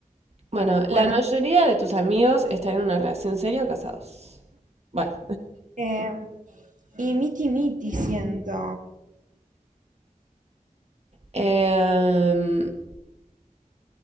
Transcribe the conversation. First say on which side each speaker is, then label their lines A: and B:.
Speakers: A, on the right; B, on the right.
A: bueno,
B: Bueno,
A: la mayoría de tus amigos están en una relación seria o casados. Bueno.
B: eh, y miti miti siento.
A: <laughs> Em,